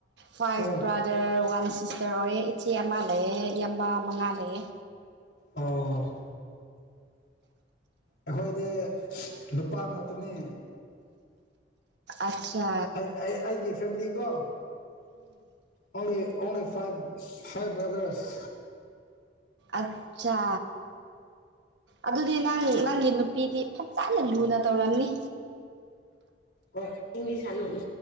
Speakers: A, on the right (about 75°); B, on the left (about 70°).
A: ꯐꯥꯏꯚ
B: ꯍꯣꯏ
A: ꯕ꯭ꯔꯥꯗꯔ ꯋꯥꯟ ꯁꯤꯁꯇꯔ ꯑꯣꯏꯌꯦ ꯏꯆꯦ ꯑꯃ ꯂꯩꯑꯦ ꯌꯥꯝꯕ ꯃꯉꯥ ꯂꯩꯑꯦ
B: ꯑꯣ ꯑꯩꯈꯣꯏꯗꯤ ꯅꯨꯄꯥ ꯉꯥꯛꯇꯅꯤ
A: ꯑꯆꯥ
B: ꯑꯩ ꯑꯩ ꯑꯩꯒꯤ ꯐꯦꯃꯤꯂꯤ ꯀꯣ ꯑꯣꯂꯤ ꯑꯣꯂꯤ ꯐꯥꯏꯚ ꯐꯥꯏꯚ ꯕ꯭ꯔꯥꯗꯔꯁ
A: ꯑꯆꯥ ꯑꯗꯨꯗꯤ ꯅꯪ ꯅꯪꯒꯤ ꯅꯨꯄꯤꯗꯤ ꯐꯖꯅ ꯂꯨꯅ ꯇꯧꯔꯝꯅꯤ
B: ꯑꯣ ꯏꯪꯂꯤꯁ ꯍꯅ